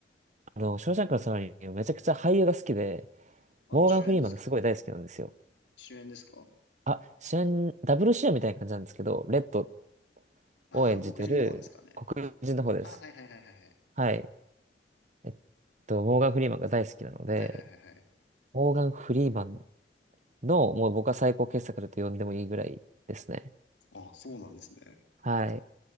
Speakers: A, on the right; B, on the left.
A: あの、ショーシャンクの空にめちゃくちゃ俳優が好きで、
B: あの、
A: モーガン・
B: 主演ですか
A: フリーマンがすごい大好きなんですよ。
B: 主演ですか
A: あ、主演、ダブル主演みたいな感じなんですけど、レッド
B: あー、
A: を演じてる黒人の方です。
B: あの、黒人の方ですかね。あー、はいはいはいはいはい。
A: はい。えっと、モーガン・フリーマンが大好きなので、
B: はいはいはいはい。
A: モーガン・フリーマンの、もう僕は最高傑作だと呼んでもいいぐらいですね。
B: あー、そうなんですね。
A: はい。